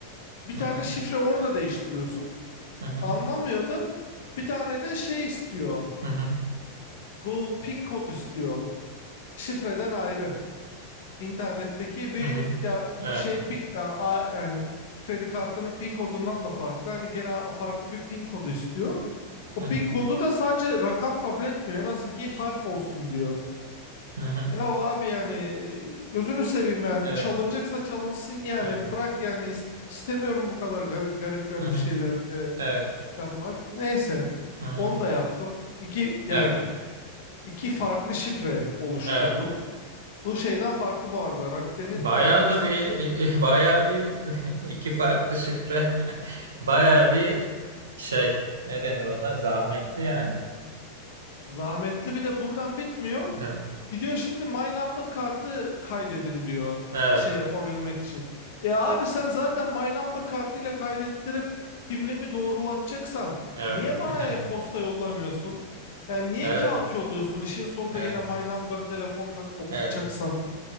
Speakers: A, on the left; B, on the right.
A: Bir tane
B: Hı hı.
A: şifre orada değiştiriyorsun.
B: Hı hı.
A: Anlamıyordum. Bir tane de şey istiyor.
B: Hı hı.
A: Bu pin kod istiyor. Şifreden ayrı. İnternetteki bir
B: Hı hı.
A: yani
B: Evet.
A: şey pi- ya, a- yani kredi kartının pin kodundan da farklı. Hani gene farklı bir pin kodu istiyor. O
B: Hı
A: pin
B: hı.
A: kodu da sadece rakam kabul etmiyor. En az iki harf olsun diyor.
B: Hı hı.
A: Ya abi yani gözünü seveyim yani
B: Evet.
A: çalınacaksa çalınsın yani
B: Evet.
A: bırak yani is- istemiyorum bu kadar gar- garip garip
B: Hı hı.
A: şeyler e,
B: Evet.
A: yapmak. Neyse
B: Hı hı.
A: onu da yaptım. İki yani
B: Evet.
A: iki farklı şifre oluşturdum.
B: Evet.
A: Bu şeyden farklı bu arada. Rakuten'in
B: Bayağı
A: ana hesap
B: da bir
A: şi-
B: <laughs> bayağı bir <laughs> iki farklı şifre. <laughs> Bayağı bir şey. Ne denir ona? Zahmetli yani.
A: zahmetli bir de buradan bitmiyor.
B: Evet.
A: Gidiyor şimdi My Number kartı kaydedin diyor
B: Evet.
A: şey yapabilmek için. E abi sen zaten My Number kartıyla kaydettirip kimliğimi doğrulatacaksan
B: Evet.
A: niye bana
B: <laughs>
A: e-posta yollamıyorsun? Yani niye
B: Evet.
A: kağıt yolluyorsun? İşin sonunda
B: Evet.
A: gene My Number telefonla okutacaksan.
B: Evet.